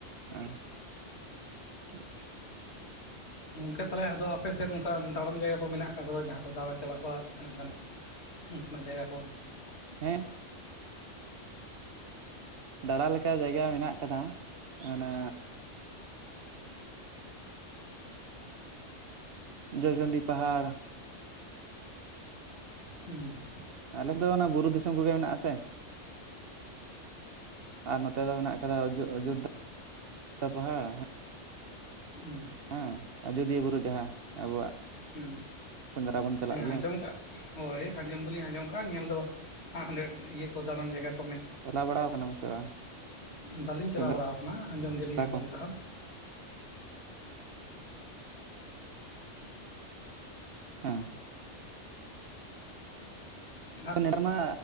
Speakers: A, on the right; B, on the left.
A: ᱚ ᱴᱷᱤᱠ
B: ᱜᱚᱝᱠᱮ ᱛᱟᱦᱞᱮ ᱟᱫᱚ ᱟᱯᱮ ᱥᱮᱫ ᱚᱱᱠᱟ ᱫᱟᱬᱟᱱ ᱡᱟᱭᱜᱟ ᱠᱚ ᱢᱮᱱᱟᱜ ᱟᱠᱟᱫ ᱥᱮ ᱵᱟᱝ ᱡᱟᱦᱟᱸ ᱠᱚ ᱫᱟᱬᱟ ᱪᱟᱞᱟᱜ ᱵᱟᱲᱟᱜ ᱞᱮᱠᱟ ᱜᱟᱱᱚᱜ ᱩᱱ ᱠᱚᱱᱟᱜ ᱡᱟᱭᱜᱟ ᱠᱚ
A: ᱦᱮᱸ ᱫᱟᱬᱟ ᱞᱮᱠᱟ ᱡᱟᱭᱜᱟ ᱢᱮᱱᱟᱜ ᱠᱟᱫᱟ ᱚᱱᱟ ᱡᱚᱭᱪᱚᱱᱰᱤ ᱯᱟᱦᱟᱲ
B: ᱦᱮᱸ
A: ᱟᱞᱮ ᱫᱚ ᱚᱱᱟ ᱵᱩᱨᱩ ᱫᱤᱥᱚᱢ ᱠᱚᱜᱮ ᱢᱮᱱᱟᱜ ᱥᱮ ᱟᱨ ᱱᱚᱛᱮ ᱫᱚ ᱢᱮᱱᱟᱜ ᱠᱟᱫᱟ ᱚᱡᱳᱫᱽᱫᱷᱟ ᱯᱟᱦᱟᱲ
B: ᱦᱩᱸ
A: ᱦᱮᱸ ᱟᱡᱚᱫᱤᱭᱟᱹ ᱵᱩᱨᱩ ᱡᱟᱦᱟᱸ ᱟᱵᱚᱣᱟᱜ
B: ᱦᱮᱸ
A: ᱥᱮᱸᱫᱽᱨᱟ ᱵᱚᱱ ᱪᱟᱞᱟᱜ
B: ᱦᱮᱸ
A: ᱜᱮᱭᱟ
B: ᱟᱸᱡᱚᱢ ᱠᱟᱜ ᱦᱳᱭ ᱟᱸᱡᱚᱢ ᱫᱚᱞᱤᱧ ᱟᱸᱡᱚᱢ ᱠᱟᱜᱼᱟ ᱧᱮᱞ ᱫᱚ ᱵᱟᱝ ᱟ ᱚᱸᱰᱮ ᱤᱭᱟᱹ ᱠᱚ ᱫᱟᱬᱟᱱ ᱡᱟᱭᱜᱟᱠᱚ
A: ᱪᱟᱞᱟᱣ ᱵᱟᱲᱟᱣ ᱠᱟᱱᱟᱢ ᱥᱮ ᱵᱟᱝ
B: ᱵᱟᱹᱞᱤᱧ ᱪᱟᱞᱟᱣ
A: ᱥᱮᱸᱫᱽᱨᱟ
B: ᱵᱟᱲᱟᱣ ᱠᱟᱱᱟ ᱟᱸᱡᱚᱢ ᱜᱮᱞᱤᱧ ᱟᱸᱡᱚᱢ
A: ᱠᱚ
B: ᱠᱟᱜᱼᱟ
A: ᱦᱮᱸ
B: ᱟᱨ
A: <unintelligible> ᱢᱟ